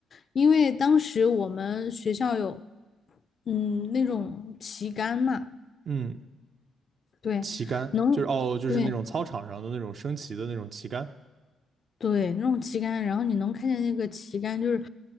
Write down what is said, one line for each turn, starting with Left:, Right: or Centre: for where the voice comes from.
Left: 因为当时我们学校有，嗯，那种旗杆嘛，
Right: 嗯，
Left: 对，
Right: 旗杆就是哦，
Left: 能，
Right: 就是那种操场上的那种升旗的那种旗杆。
Left: 对，对，那种旗杆，然后你能看见那个旗杆，就是